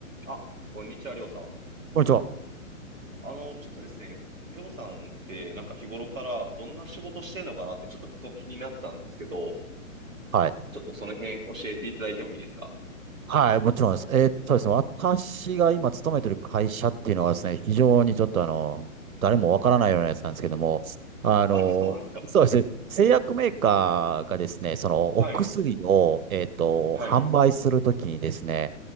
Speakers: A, in the centre; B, on the right.
A: あ、こんにちは、りょうさん。
B: こんにちは。
A: あの、ちょっとですね、りょうさんってなんか日頃からどんな仕事してんのかなってちょっとふと気になったんですけど、
B: はい。
A: ちょっとその辺教えていただいてもいいですか
B: はい、もちろんです。えーっとですね、私が今勤めてる会社っていうのはですね、非常にちょっとあの、誰もわからないようなやつなんですけども、あの、
A: あ、そうなんですか。
B: そうですね、製薬メーカーがですね、そのお薬を、
A: はい、
B: えーっと、
A: はい、
B: 販売するときにですね、